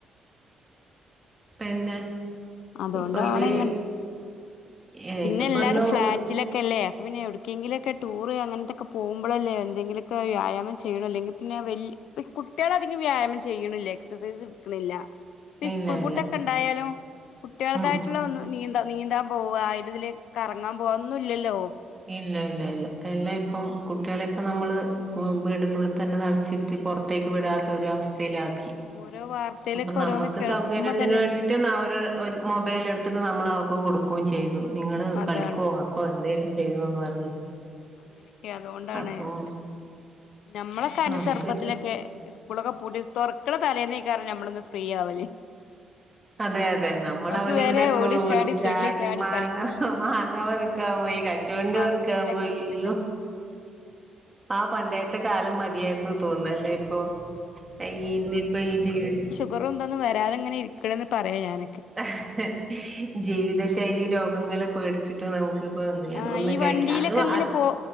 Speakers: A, on the right; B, on the left.
A: പിന്നെ
B: അതോണ്ടാണ്
A: ഇപ്പൊ ഇത്
B: ഇങ്ങന
A: ഏ,
B: പിന്നെ
A: ഇതിപ്പോ
B: എല്ലാരും
A: ഇന്ന്
B: ഫ്ലാറ്റിലൊക്കെല്ലേ
A: ഒരു
B: അപ്പോ പിന്നെ എവിടു ക്കെങ്കിലൊക്കെ ടൂറ് അങ്ങനത്തെയൊക്ക പോകുമ്പഴല്ലേ എന്തങ്കിലൊക്കെ വ്യായാമം ചെയ്യള്ളു അല്ലെങ്കി പിന്നെ വല്യ കുട്ടേളധികം വ്യായാമം ചെയ്യണില്ല എക്സസൈസ് ഇടുക്ക്ണില്ല. ഈ
A: ഇല്ല
B: സ്കൂൾ ബൂട്ടൊക്കെ
A: ഇല്ല
B: ഉണ്ടായാലും കുട്ടേൾകായിട്ടുള്ള
A: ഉം
B: ഒന്നും നീന്താ നീന്താൻ പോവ തില് കറങ്ങാൻ പോവ ഒന്നുല്ലല്ലോ
A: ഇല്ല ഇല്ല ഇല്ല എല്ലാം ഇപ്പം കുട്ടികളെ ഇപ്പൊ നമ്മള് സ്കൂ വീടിനുള്ളിൽ തന്നെ തളച്ചിരുത്തി പൊറത്തേക്ക് വിടാത്തൊരു അവസ്ഥയിലാ ക്കി
B: ഓരോ വാർത്തയിലൊക്കെ
A: അപ്പൊ നമ്മക്ക്
B: ഓരോന്ന് കേൾക്കുമ്പോ
A: സൗകര്യത്തിന്
B: തന്നെ
A: വേണ്ടി ട്ട് ന്ന ഒരു ഒര് മൊബൈലെടുത്തിട്ട് നമ്മൾ അവർക്ക് കൊടുക്കും ചെയ്തു നിങ്ങള്
B: അതാണ്
A: കളിക്കോ ക്കോ എന്തേലും ചെയതോന്ന് പറഞ്ഞ്
B: അങ്ങനെയൊക്കെ അതുകൊണ്ടാണ്
A: അപ്പം
B: പ്രശ് നമ്മളൊക്കൊരെ
A: നമുക്ക്ന്ന്
B: ചെറുപ്പത്തിലൊക്കെ ഇസ്കൂളൊക്കെ പൂട്ടി തൊറക്കണ തലേന്നേക്കാരം നമ്മളൊന്ന് ഫ്രീയാവല്.
A: അതെ അതെ നമ്മളവിടെ
B: അതുവരെ
A: വിടെൊക്കെ ഓടിച്ചാടി
B: തുള്ളി ചാടി
A: മാങ്ങ
B: കളിക്കല്
A: ഹ് മാങ്ങ വർ ക്കാൻ പോയി കശു വണ്ടി
B: ഈ മാങ്ങക്കാലൊക്കെ
A: വർക്കാൻ പോയി
B: ആയിട്ട്ന്നെ
A: യ്യോ ആ പണ്ടേത്തെ കാലം മതിയായിരുന്നു തോന്നല്ലേ ഇപ്പൊഅ ഇന്നിപ്പോ ഈ ജീവിതം
B: അപ്പു റംന്തന്ന് വരാതേങ്ങെനെ ഇരിക്കണ എന്ന് പറയാ ഞാൻ
A: ഹ ഹ് ജീവിത ശൈലി രോഗങ്ങൾ പേട ചിട്ടും നമുക്കിപ്പ <unintelligible>
B: ആഹ്
A: ഒന്നും
B: ഈ
A: കഴിക്കാം
B: വണ്ടിയിലൊക്കെ
A: അത്
B: ഇങ്ങനെ
A: അ
B: പോ